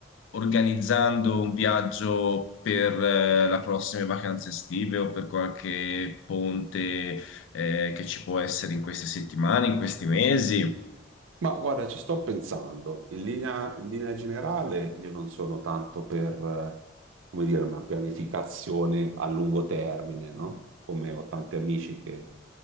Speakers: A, on the left (about 80°); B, on the right (about 85°).
A: organizzando un viaggio per eh, le prossime vacanze estive o per qualche ponte eh, che ci può essere in queste settimane, in questi mesi?
B: Ma guarda, ci sto pensando. In linea, in linea generale, io non sono tanto per, eh, come dire, una pianificazione a lungo termine, no? Come ho tanti amici che,